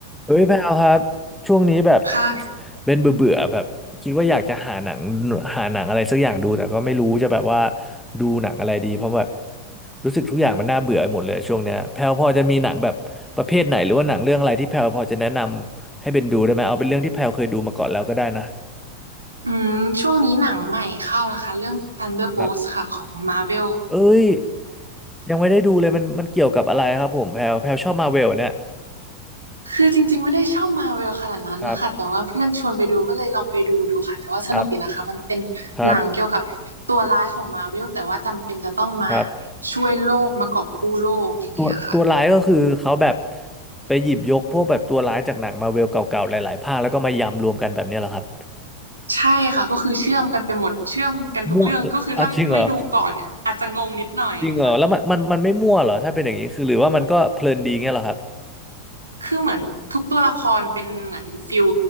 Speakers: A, in the centre; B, on the right.
A: เฮ้ยแพลครับช่วงนี้แบบ
B: ค่ะ
A: เป็นเบื่อเบื่อแบบคิดว่าอยากจะหาหนังหาหนังอะไรสักอย่างดูแต่ก็ไม่รู้จะแบบว่าดูหนังอะไรดีเพราะแบบรู้สึกทุกอย่างมันน่าเบื่อไปหมดเลยช่วงเนี้ยแพลพอจะมีหนังแบบประเภทไหนหรือว่าหนังเรื่องอะไรที่แพลพอจะแนะนำให้เป็นดูได้ไหมเอาเป็นเรื่องที่แพลเคยดูมาก่อนแล้วก็ได้นะ
B: อืมช่วงนี้หนังใหม่เข้านะคะเรื่อง Thunderbolts
A: ครับ
B: ค่ะของ Marvel
A: เอ้ยยังไม่ได้ดูเลยมันมันเกี่ยวกับอะไรครับผมแพลแพลชอบมาเวลเนี่ย
B: คือจริงๆไม่ได้ชอบ Marvel ขนาดนั้นค่ะแต่ว่าเพื่อนชวนไปดูก็เลยลองไปดูดูค่ะแต่ว่าสนุกดีนะคะมันเป็นหนังเกี่ยวกับตัวร้ายของ
A: ครับครับครับ
B: Marvel แต่ว่าจำเป็นจะต้องมา
A: ครับ
B: ช่วยโลกมากอบกู้โลกอย่างเงี้ยค่ะ
A: ตัวตัวร้ายก็คือเขาแบบไปหยิบยกพวกแบบตัวร้ายจากหนังมาเวลเก่าๆหลายๆภาคแล้วก็มายำรวมกันแบบเนี้ยเหรอครับ
B: ใช่ค่ะก็คือเชื่อมกันไปหมดเชื่อมกันทุกเรื่องก็คือถ้าไม่ดูก่อนเนี่ยอาจจะงงนิดหน่อยค่ะ
A: มั่วเอออ่ะจริงเหรอจริงเหรอแล้วมันมันมันไม่มั่วเหรอถ้าเป็นอย่างนี้คือหรือว่ามันก็เพลินดีเงี้ยเหรอครับ
B: คือเหมือนทุกตัวละครเป็นเหมือนฟิล